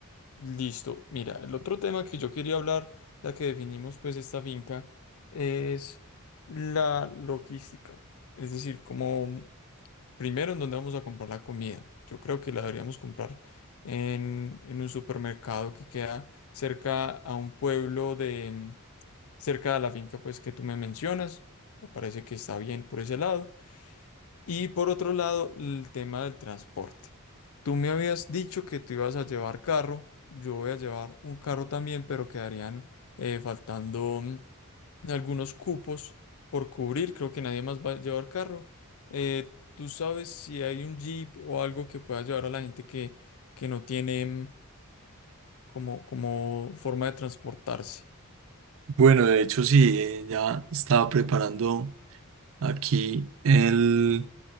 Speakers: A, on the left; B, on the right.
A: Listo. Mira, el otro tema que yo quería hablar, ya que definimos pues esta finca, es la logística. Es decir, como mm, primero en dónde vamos a comprar la comida. Yo creo que la deberíamos comprar en, en un supermercado que queda cerca a un pueblo de, mm, cerca de la finca pues que tú me mencionas. Me parece que está bien por ese lado. Y por otro lado, el tema del transporte. Tú me habías dicho que tú ibas a llevar carro, yo voy a llevar un carro también, pero quedarían eh, faltando mm, algunos cupos por cubrir. Creo que nadie más va a llevar carro. Eh, ¿tú sabes si hay un Jeep o algo que pueda llevar a la gente que, que no tiene mm, como, como forma de transportarse?
B: Bueno, de hecho sí, eh, ya estaba preparando aquí el,